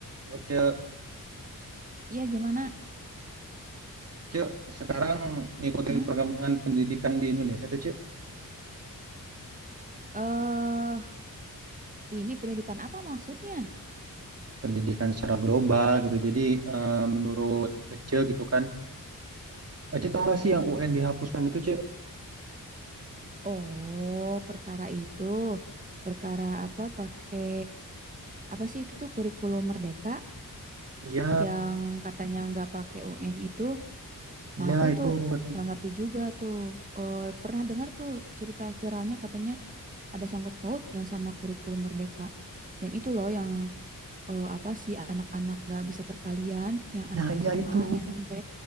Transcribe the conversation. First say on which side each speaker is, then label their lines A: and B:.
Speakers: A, on the right; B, on the right.
A: Oh, Cek,
B: Iya gimana?
A: Cek, sekarang ngikutin
B: Hmm?
A: perkembangan pendidikan di Indonesia tuh, Cek,
B: Eh, ini pendidikan apa maksudnya?
A: pendidikan secara global gitu. Jadi eh, menurut Cek gitu kan, Cek tau gak sih yang UN dihapuskan itu, Cek?
B: Oh, perkara itu, perkara apa pakai apa sih itu tuh kurikulum merdeka
A: Iya,
B: yang katanya nggak pakai UN itu. Nah,
A: iya
B: aku
A: itu
B: tuh
A: katanya.
B: nggak ngerti juga tuh. Eh, pernah dengar tuh cerita viralnya katanya ada sangkut pautnya sama kurikulum merdeka. Yang itu loh, yang eh, apa sih anak-anak nggak bisa perkalian, yang anak
A: Nah, iya
B: SMA,
A: itu,
B: SMP.